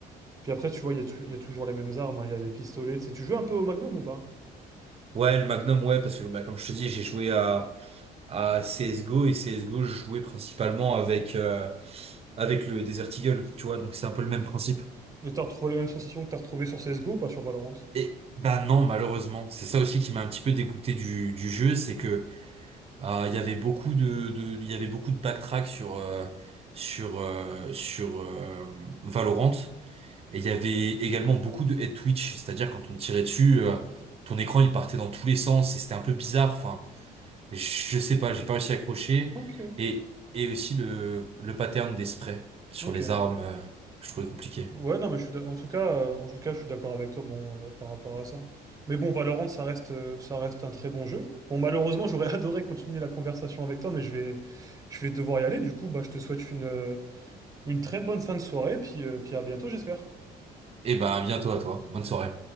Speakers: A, on the right; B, on the right.
A: Puis après, tu vois, il y, a tou- il y a toujours les mêmes armes, hein, il y a les pistolets, tu sais. Tu joues un peu au Magnum ou pas?
B: Ouais, le Magnum, ouais, parce que bah, comme je te dis, j'ai joué à, à CSGO et CSGO, je jouais principalement avec, euh, avec le Desert Eagle, tu vois, donc c'est un peu le même principe.
A: Et t'as retrouvé les mêmes sensations que t'as retrouvées sur CSGO, pas sur Valorant?
B: Et bah non, malheureusement, c'est ça aussi qui m'a un petit peu dégoûté du, du jeu, c'est que euh, il y avait beaucoup de, de il y avait beaucoup de backtrack sur euh, sur euh, sur euh, Valorant et il y avait également beaucoup de head twitch, c'est-à-dire quand on tirait dessus, euh, ton écran il partait dans tous les sens et c'était un peu bizarre. Enfin, je sais pas, j'ai pas réussi à accrocher
A: Ok,
B: et et aussi le le pattern des sprays sur
A: ok.
B: les armes, euh, je trouvais compliqué.
A: Ouais, non, mais je suis d'a- en tout cas, euh, en tout cas, je suis d'accord avec toi, bon, euh, par rapport à ça. Mais bon, Valorant, ça reste, euh, ça reste un très bon jeu. Bon, malheureusement, j'aurais <laughs> adoré continuer la conversation avec toi, mais je vais, je vais devoir y aller. Du coup, bah, je te souhaite une, euh, une très bonne fin de soirée, puis, euh, puis à bientôt, j'espère.
B: Et bah à bientôt à toi, bonne soirée.